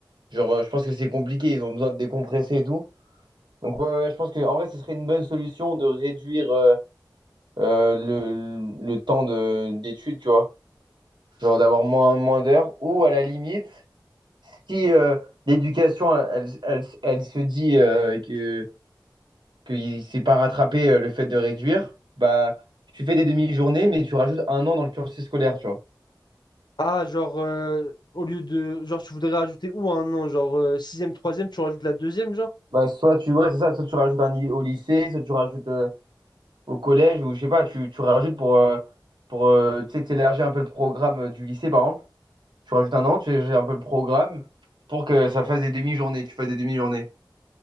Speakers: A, on the right (about 75°); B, on the left (about 70°).
A: Genre, euh, je pense que c'est compliqué, ils ont besoin de décompresser et tout. Donc, ouais, ouais, je pense qu'en vrai, ce serait une bonne solution de réduire euh, euh, le, le temps de, d'études, tu vois. Genre d'avoir moins, moins d'heures, ou à la limite, si euh, l'éducation, elle, elle- elle- elle se dit euh, que qu'il ne s'est pas rattrapé euh, le fait de réduire, bah, tu fais des demi-journées, mais tu rajoutes un an dans le cursus scolaire, tu vois.
B: Ah, genre, euh, au lieu de. Genre, tu voudrais rajouter où un nom? Genre, euh, sixième, troisième, tu rajoutes la deuxième, genre?
A: Bah, soit tu, ouais, c'est ça, soit tu rajoutes un, i- au lycée, soit tu rajoutes euh, au collège, ou je sais pas, tu, tu rajoutes pour, euh, pour euh, tu sais, t'élargir un peu le programme euh, du lycée, par exemple. Tu rajoutes un an, tu élargis un peu le programme pour que ça fasse des demi-journées, tu fasses des demi-journées.